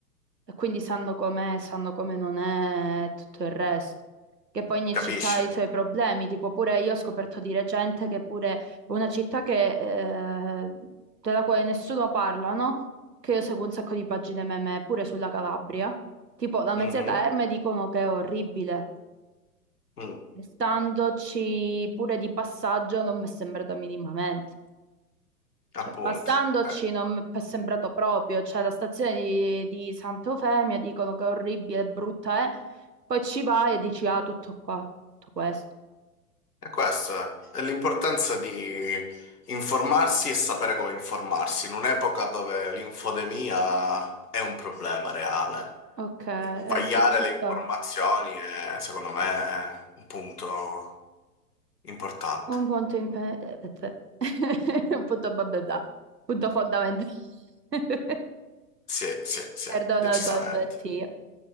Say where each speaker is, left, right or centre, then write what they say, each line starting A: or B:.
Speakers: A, on the right; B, on the left.
A: E quindi sanno com'è, sanno come non è e tutto il resto. Che poi ogni
B: Capisci?
A: città ha i suoi problemi, tipo pure io ho scoperto di recente che pure una città che, eh, della quale nessuno parla, no? Che io seguo un sacco di pagine meme pure sulla Calabria. Tipo la Mezzia
B: Mhm,
A: Terme dicono che è orribile.
B: mm,
A: Standoci pure di passaggio non mi è sembrata minimamente.
B: appunto.
A: Cioè, passandoci
B: Eh,
A: non mi è sembrato proprio. Cioè, la stazione di, di Sant'Eufemia dicono che è orribile, brutta è. Poi ci vai e dici, ah, tutto qua, tutto questo.
B: E questo è È l'importanza di informarsi e sapere come informarsi, in un'epoca dove l'infodemia è un problema reale.
A: Ok, eh
B: Eh, Vagliare
A: sì, ci
B: le
A: sta.
B: informazioni è, secondo me, è un punto importante.
A: Un punto in pe- eh, pe- pe- <laughs> Un punto bababà. Punto fondamentale. <laughs>
B: Sì, sì, sì,
A: Perdono
B: decisamente.
A: il balbettio.